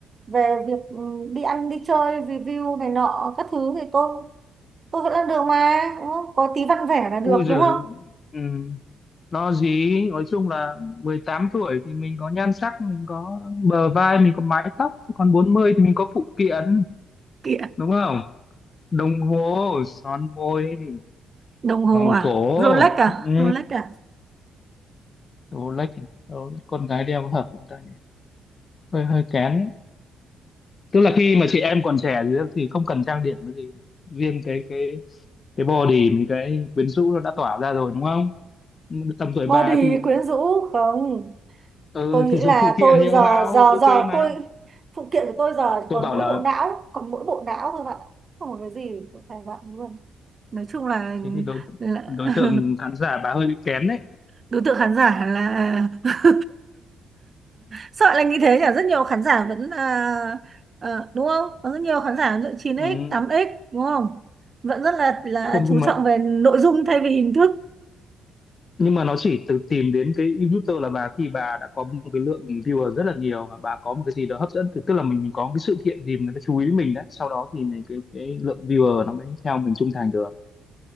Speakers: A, on the right; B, on the left.
A: về việc ừ, đi ăn đi chơi review này nọ các thứ thì tôi tôi vẫn làm được mà đúng không có tí văn vẻ là được
B: ui giời
A: đúng không
B: ừ. lo gì nói chung là 18 tuổi thì mình có nhan sắc mình có bờ vai mình có mái tóc Thế còn 40 thì mình có phụ kiện
A: Kìa.
B: đúng không đồng hồ son môi
A: Đồng hồ
B: vòng
A: à?
B: cổ
A: Rolex à?
B: ừ.
A: Rolex à?
B: đồ lách đồ lách con gái đeo có hợp cũng ta nhỉ hơi hơi kén tức là khi mà chị em còn trẻ thì thì không cần trang điểm cái gì riêng cái cái cái body mình cái quyến rũ nó đã tỏa ra rồi đúng không tầm tuổi
A: Body
B: bà thì
A: quyến rũ không?
B: ừ,
A: Tôi nghĩ
B: thì dùng
A: là
B: phụ kiện
A: tôi
B: nhiều
A: giờ
B: vào
A: giờ
B: ok
A: giờ
B: mà
A: tôi phụ kiện của tôi giờ
B: tôi
A: còn
B: bảo
A: mỗi
B: là
A: bộ não, còn mỗi bộ não thôi bạn ạ. Không có cái gì tôi phải bạn luôn. Nói chung là,
B: thế thì đối
A: là
B: đối
A: <laughs>
B: tượng khán giả bà hơi bị kén đấy
A: đối tượng khán giả là <laughs> sợ là như thế nhỉ? Rất nhiều khán giả vẫn là ờ, đúng không? Có rất nhiều khán giả lựa 9x,
B: ừ,
A: tám x đúng không? Vẫn rất là là
B: không
A: chú
B: nhưng mà
A: trọng về nội dung thay vì hình thức
B: nhưng mà nó chỉ từ tìm đến cái YouTuber là bà khi bà đã có một cái lượng viewer rất là nhiều và bà có một cái gì đó hấp dẫn tức tức là mình, mình có cái sự kiện gì người ta chú ý mình đấy sau đó thì mình cái cái lượng viewer nó mới theo mình trung thành được